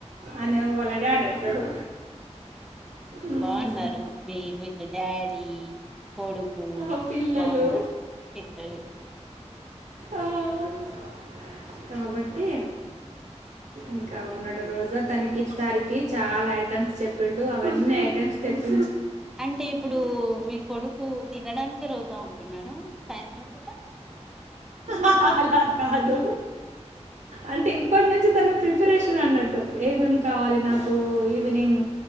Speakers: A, on the right; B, in the centre.
A: అనే ఏమో వాళ్ళ డాడీ అంటాడు. ఉమ్,
B: బావున్నారు, మీ వీళ్ళ డాడీ, కొడుకు
A: ఆ పిల్లలు
B: బావున్నాడు. పిత్తలే
A: ఆ. కాబట్టి, ఇంకా ఉన్నాడు రోజా. తనకి ఇఫ్తారికి చాలా ఐటమ్స్ చెప్పిండు, అవన్నీ ఐటెమ్స్ తెప్
B: అంటే ఇప్పుడు మీ కొడుకు తినడానికే రోజా ఉంటున్నాడా, సాయంత్రం పూట?
A: ఆ అలా కాదు. అంటే ఇప్పటి నుంచి తన ప్రిపరేషన్ అన్నట్టు. ఏమేం కావాలి నాకు, ఈవినింగ్.